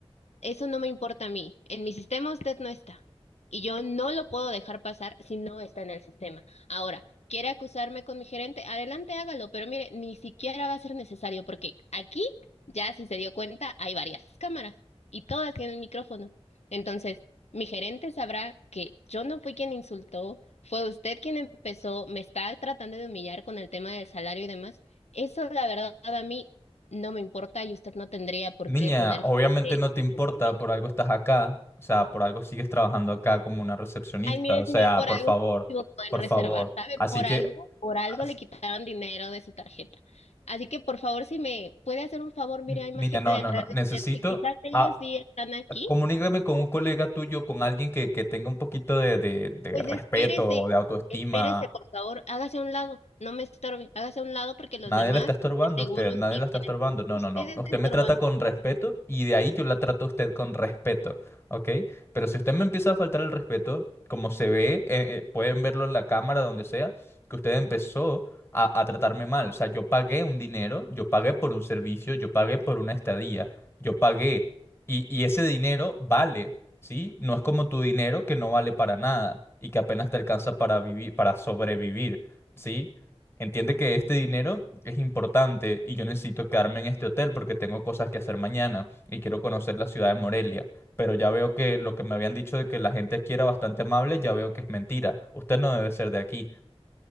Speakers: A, on the left (about 85°); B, on the left (about 20°).
A: Eso no me importa a mí. En mi sistema usted no está. Y yo no lo puedo dejar pasar si no está en el sistema. Ahora, ¿quiere acusarme con mi gerente? Adelante, hágalo. Pero mire, ni siquiera va a ser necesario porque aquí, ya si se dio cuenta, hay varias cámaras y todas tienen micrófono. Entonces, mi gerente sabrá que yo no fui quien insultó, fue usted quien empezó, me está tratando de humillar con el tema del salario y demás. Eso, la verdad, a mí no me importa y usted no tendría por
B: Niña,
A: qué ponerse
B: obviamente
A: eh,
B: no te importa,
A: como conmigo.
B: por algo estás acá, o sea, por algo sigues trabajando acá como una recepcionista,
A: Ay, mire,
B: o
A: señor,
B: sea,
A: por
B: por
A: algo
B: favor,
A: se equivocó
B: por
A: en reservar,
B: favor.
A: ¿sabe?
B: Así
A: Por
B: que,
A: algo, por algo
B: as-
A: le quitaron dinero de su tarjeta. Así que, por favor, si me puede hacer un favor, mire,
B: n-
A: hay
B: niña,
A: más gente
B: no,
A: detrás
B: no, no,
A: de
B: necesito,
A: usted que quizás ellos
B: a,
A: sí están aquí.
B: comunícame con un colega tuyo, con alguien que, que tenga un poquito de, de, de
A: Pues
B: respeto,
A: espérese,
B: de autoestima.
A: espérese, por favor, hágase a un lado, no me estorbe, hágase a un lado porque los
B: Nadie
A: demás
B: la está estorbando
A: de seguro
B: a usted, nadie
A: sí
B: la está
A: tienen.
B: estorbando. No,
A: Usted
B: no, no.
A: está
B: Usted
A: estorbando.
B: me trata con respeto y de ahí yo la trato a usted con respeto, ¿ok? Pero si usted me empieza a faltar el respeto, como se ve, eh, eh, pueden verlo en la cámara, donde sea, que usted empezó a, a tratarme mal. O sea, yo pagué un dinero, yo pagué por un servicio, yo pagué por una estadía, yo pagué. Y, y ese dinero vale, ¿sí? No es como tu dinero que no vale para nada y que apenas te alcanza para vivir, para sobrevivir. ¿sí? Entiende que este dinero es importante y yo necesito quedarme en este hotel porque tengo cosas que hacer mañana y quiero conocer la ciudad de Morelia. Pero ya veo que lo que me habían dicho de que la gente aquí era bastante amable, ya veo que es mentira. Usted no debe ser de aquí.